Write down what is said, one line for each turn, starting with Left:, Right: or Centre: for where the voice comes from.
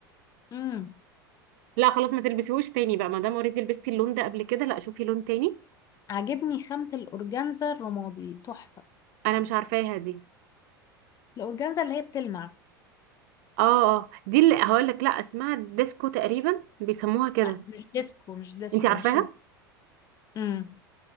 Left: امم
Right: لا خلاص ما تلبسيهوش تاني بقى ما دام اوريدي لبستي اللون ده قبل كده لا شوفي لون تاني
Left: عجبني خامة الأورجانزا الرمادي تحفة
Right: انا مش عارفاها دي
Left: الأورجانزا اللي هي بتلمع
Right: اه اه دي اللي هقول لك لا اسمها ديسكو تقريبا بيسموها كده
Left: لا مش ديسكو مش ديسكو
Right: انت عارفاها
Left: مش امم